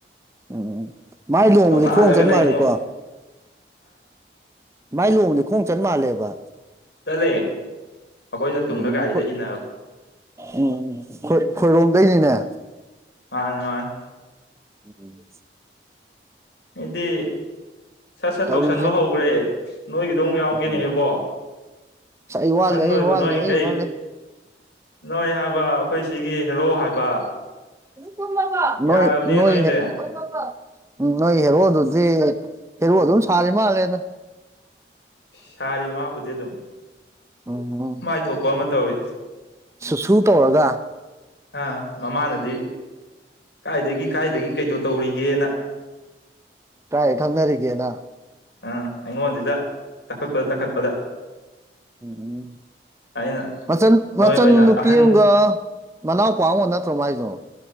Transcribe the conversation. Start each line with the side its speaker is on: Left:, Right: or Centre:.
Right: ꯎꯝ ꯃꯥꯏ ꯂꯨꯍꯣꯡꯕꯗꯤ
Left: ꯅꯣꯡꯉꯥꯜꯂꯒ
Right: ꯈꯣꯡ ꯆꯟ
Left: ꯂꯩ
Right: ꯃꯥꯜꯂꯦꯀꯣ
Left: ꯢꯕꯨꯡꯉꯣ
Right: ꯃꯥꯏ ꯂꯨꯍꯣꯡꯕꯗꯤ ꯈꯣꯡ ꯆꯠ ꯃꯥꯜꯂꯦꯕ
Left: ꯆꯠꯂꯦ ꯑꯩꯈꯣꯏꯅ ꯇꯨꯡꯗ
Right: ꯎꯝ
Left: ꯒꯥꯔꯤꯗ
Right: ꯈꯣꯏ
Left: ꯏꯟꯅꯕ
Right: ꯎꯝ ꯈꯣꯏ ꯈꯣꯏꯔꯣꯝꯗꯩꯅꯤꯅꯦ꯫
Left: ꯃꯥꯅꯦ ꯃꯥꯅꯦ꯫
Right: ꯎꯝ꯫
Left: ꯑꯩꯗꯤ ꯁꯠ ꯁꯠ
Right: ꯇꯧꯔꯤꯖꯦ
Left: ꯇꯧꯁꯟꯕ ꯍꯧꯈ꯭ꯔꯦ ꯅꯣꯏꯒꯤꯗꯣ ꯑꯃꯨꯛ ꯌꯥꯎꯒꯦꯅꯦ
Right: ꯎꯝ
Left: ꯢꯕꯣ꯫
Right: ꯑꯁ ꯑꯩ ꯋꯥꯠꯂꯤ
Left: ꯑꯍꯟ
Right: ꯑꯩ
Left: ꯑꯣꯏꯕ
Right: ꯋꯥꯠꯂꯤ
Left: ꯅꯣꯏꯈꯩ
Right: ꯑꯩ ꯋꯥꯠꯂꯤ
Left: ꯅꯣꯏ ꯍꯥꯏꯕ ꯑꯩꯈꯣꯏ ꯁꯤꯒꯤ ꯍꯦꯔꯣ ꯍꯥꯏꯕ꯫
Right: ꯇꯨꯝꯃꯕꯣ ꯅꯣꯏ
Left: ꯌꯥꯔꯕꯅꯤ
Right: ꯅꯣꯏ
Left: ꯅꯣꯏꯁꯦ
Right: <unintelligible> ꯎꯝ ꯅꯣꯏ ꯍꯦꯔꯣ ꯑꯗꯨꯗꯤ ꯍꯦꯔꯣ ꯑꯗꯨꯝ ꯁꯥꯔꯤ ꯃꯥꯜꯂꯦꯗ꯫
Left: ꯁꯥꯔꯤ ꯃꯥꯕꯨꯗꯤ ꯑꯗꯨꯝ
Right: ꯎꯝ ꯎꯝ
Left: ꯃꯥꯏꯊꯣꯛꯄ ꯑꯃ ꯇꯧꯔꯤ꯫
Right: ꯁꯨ ꯁꯨ ꯇꯧꯔꯒ꯫
Left: ꯑ ꯃꯃꯥꯅꯗꯤ ꯀꯥꯏꯗꯒꯤ ꯀꯥꯏꯗꯒꯤ ꯀꯩꯗꯣ ꯇꯧꯔꯤꯒꯦꯅ꯫
Right: ꯀꯥꯏ ꯈꯪꯅꯔꯤꯒꯦꯅ꯫
Left: ꯑꯥ ꯑꯩꯉꯣꯟꯗꯤꯗ ꯇꯛꯈꯠꯄꯗ ꯇꯛꯈꯠꯄꯗ꯫
Right: ꯎꯝ ꯎꯝ
Left: ꯑꯩꯅ
Right: ꯃꯆꯟ
Left: ꯅꯣꯏ
Right: ꯃꯆꯟ
Left: ꯑꯣꯏꯅ
Right: ꯅꯨꯄꯤ
Left: ꯑꯍꯟ
Right: ꯑꯃꯒ ꯃꯅꯥꯎꯄꯥ ꯑꯃꯒ ꯅꯠꯇ꯭ꯔꯣ ꯃꯥꯏꯗꯣ꯫